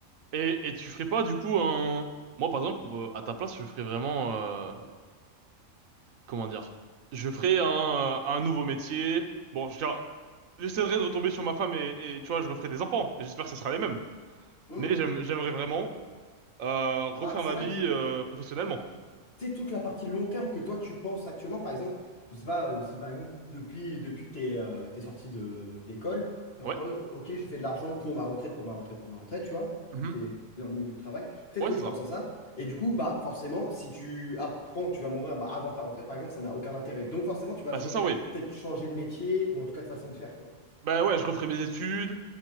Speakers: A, on the right; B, on the left.
A: Et, et tu ferais pas, du coup, un, moi, par exemple, bah, à ta place, je ferais vraiment, euh, comment dire, je ferai un, euh, un nouveau métier. Bon, je- j'essaierai de retomber sur ma femme et, et, tu vois, je referai des enfants. Et J'espère que ça sera les mêmes.
B: Mhm.
A: Mais j'aime- j'aimerais vraiment euh, refaire
B: Bah, c'est
A: ma
B: vrai
A: vie
B: que
A: euh, professionnellement.
B: tu sais, toute la partie long terme que toi tu penses actuellement, par exemple, je sais pas euh, si par exemple depuis, depuis que t'es euh, t'es sorti de d'école, t'es
A: Ouais.
B: en mode ok, j'ai fait de l'argent pour ma retraite, pour ma retraite, pour ma retraite, tu vois, depuis
A: Mhm.
B: que t'es t'es dans le milieu du travail, peut-être
A: Ouais,
B: que
A: c'est
B: tu
A: ça.
B: penses à ça, et du coup, bah forcément, si tu apprends que tu vas mourir bah, avant ta retraite, par exemple, ça n'a aucun intérêt. Donc forcément, tu vas
A: Bah,
B: changer,
A: c'est ça, oui.
B: peut-être changer de métier, ou en tout cas de façon de faire, quoi.
A: Bah ouais, je referai mes études.